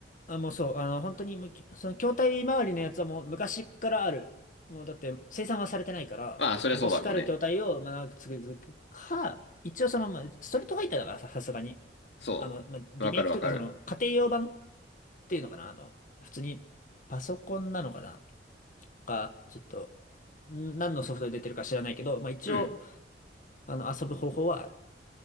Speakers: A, on the left; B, on the left.
A: あ、もうそう、あの、本当にむき、その筐体周りのやつはもう昔からある。もうだって生産はされてないから、
B: まあ、そりゃそうだろうね。
A: 昔からある筐体をまあ長く続くか、一応その、まあ、ストリートファイターだからさ、さすがに。
B: そう。
A: あの、まあ、リメイクというかその家庭用版っ
B: わかるわかる。
A: ていうのかな、あの、普通にパソコンなのかな。か、ちょっと、ん何のソフトで出てるか知らないけど、まあ一応、
B: うん。
A: あの、遊ぶ方法はある。